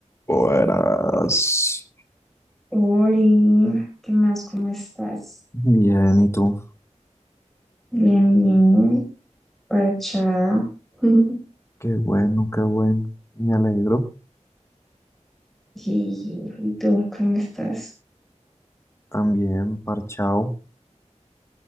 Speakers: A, on the left; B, in the centre.
A: Buenas.
B: Ori, ¿qué más? ¿Cómo estás?
A: Bien, ¿y tú?
B: Bien, bien, parchada. <laughs>
A: Qué bien, me alegro.
B: Y y tú, ¿cómo estás?
A: También parchao.